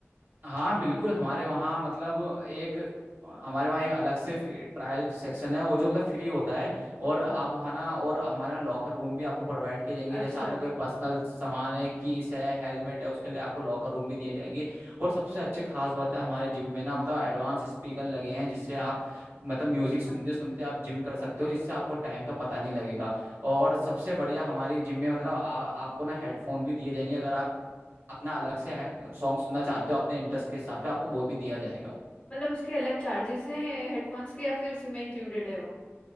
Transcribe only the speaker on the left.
हाँ
अच्छा
मतलब उसके अलग चार्जेस हैं हेडफोन्स के या फिर उसी में इंक्लूडेड है वो